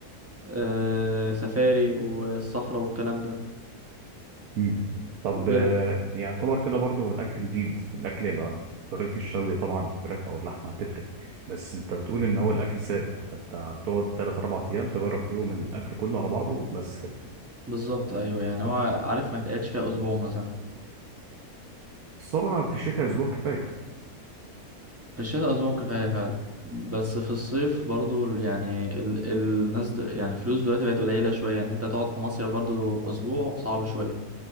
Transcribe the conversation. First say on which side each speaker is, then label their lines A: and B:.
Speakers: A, on the right; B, on the right.
A: آه، سفاري والصحراء والكلام ده
B: مم. طب
A: و-
B: آه، يعتبر كده برضه هو الاكل جديد والاكل يبقى طريقه الشوي طبعا الفراخ او اللحمه هتفرق بس انت بتقول ان هو الاكل ثابت فانت هتقعد 3 4 ايام تجرب فيهم الاكل كله على بعضه بس كده
A: بالظبط ايوه يعني
B: كفايه
A: هو عارف ما يتقعدش فيها اسبوع مثلا
B: بس هو في الشتاء اسبوع كفايه
A: في الشتاء اسبوع كفايه فعلا بس في الصيف برضو ال- يعني ال الناس د- يعني الفلوس دلوقتي بقت قليله شويه ان انت تقعد في مصيف برضو
B: اه
A: اسبوع صعب شويه